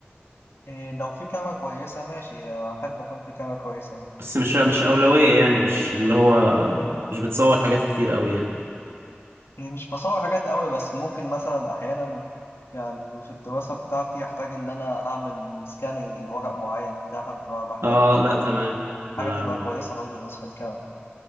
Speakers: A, on the left; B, on the right.
A: آه، لو في كاميرا كويسه ماشي احب اكون في كاميرا كويسه يعني.
B: بس مش مش أولوية يعني مش اللي هو مش بتصور حاجات كتير قوي يعني
A: يعني مش بصور حاجات قوي بس ممكن مثلا أحيانا يعني في الدراسة بتاعتي أحتاج إن أنا أعمل سكاننج لورق معين بتاع فب- بحتاج
B: اه لا
A: يعني
B: تمام تمام
A: حاجة تبقى كويسة
B: اه
A: برضه بالنسبة للكاميرا